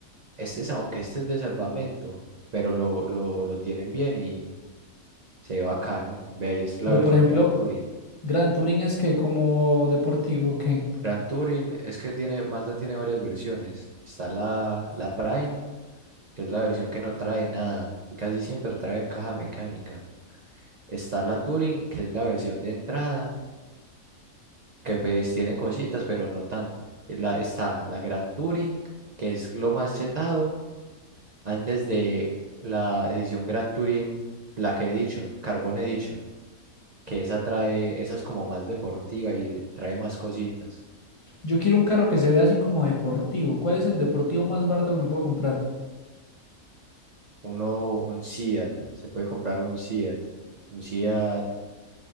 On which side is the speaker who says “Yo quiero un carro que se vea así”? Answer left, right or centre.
Left